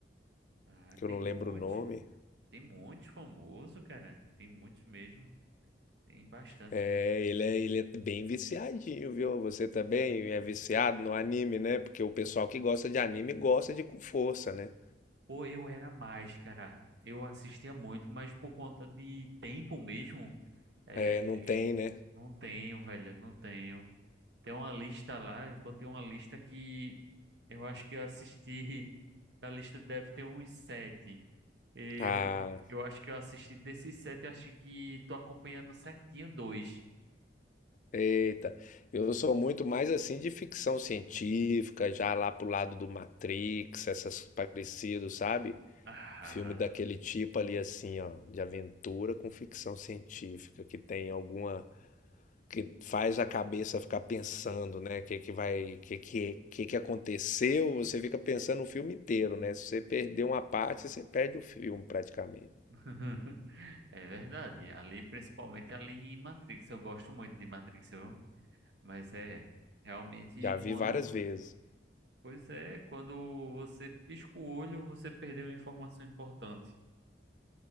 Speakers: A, on the right; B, on the left.
A: Ah,
B: que
A: tem
B: eu não
A: muitos,
B: lembro o nome.
A: tem muitos famoso, cara. Tem muitos mesmo. Tem bastante.
B: É, ele é, ele é bem viciadinho, viu? Você também é viciado no anime, né? Porque o pessoal que gosta de anime gosta de com força, né?
A: Pô, eu era mais, cara. Eu assistia muito, mas por conta de tempo mesmo, é,
B: É, não tem, né?
A: não tenho, velho, não tenho. Tem uma lista lá, eu botei uma lista que eu acho que eu assisti, da lista deve ter uns sete. Eu,
B: Ah,
A: eu acho que eu assisti desses sete, acho que tô acompanhando certinho dois.
B: Eita, eu sou muito mais assim de ficção científica, já lá pro lado do Matrix, essas parecidos, sabe?
A: Ah,
B: Filme daquele tipo ali assim, ó, de aventura com ficção científica, que tem alguma que faz a cabeça ficar pensando, né? que é que vai, que é que é, que é que aconteceu? Você fica pensando o filme inteiro, né? Se você perder uma parte, você perde o filme praticamente.
A: <laughs> é verdade. Ali, principalmente ali em Matrix, eu gosto muito de Matrix, viu? Mas é, realmente
B: Já vi
A: quando,
B: várias vezes.
A: pois é, quando você pisca o olho, você perdeu uma informação importante,